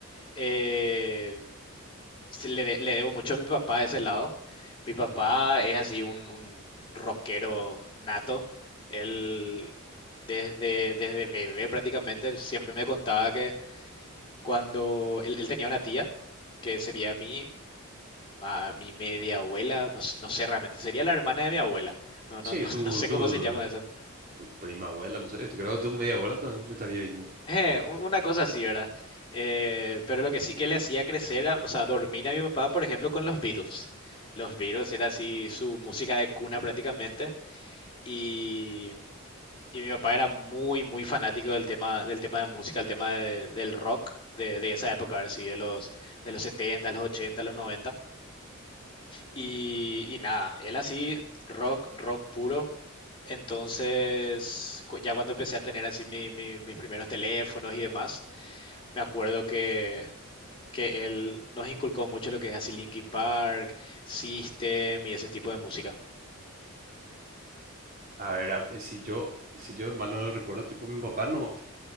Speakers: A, on the left; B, on the right.
A: eh, se le, de- le debo mucho a mi papá de ese lado. Mi papá es así un, un rockero nato. Él desde, desde bebé prácticamente él siempre me contaba que cuando él, él tenía una tía, que sería mi, a mi media abuela, no, s- no sé realmente, sería la hermana de mi abuela. No,
B: Sí,
A: no, no, <laughs>
B: tú,
A: no sé
B: tú.
A: cómo se llama eso.
B: tu prima abuela, no sé, este, creo que tu media abuela también estaría bien. ¿no?
A: Eh, u- una cosa así, ¿verdad? Eh, pero lo que sí que le hacía crecer, a- o sea, dormir a mi papá, por ejemplo, con los Beatles. Los Beatles era así su música de cuna prácticamente. Y, y mi papá era muy, muy fanático del tema, del tema de música, el tema de- del rock de, de esa época, a ver si de los, de los 70 los 80 los noventa Y, y nada, él así, rock, rock puro. Entonces, cu- ya cuando empecé a tener así mi- mi- mis primeros teléfonos y demás me acuerdo que, que él nos inculcó mucho lo que es así Linkin Park, System y ese tipo de música.
B: A ver, a- eh, si yo, si yo mal no lo recuerdo, tipo mi papá no,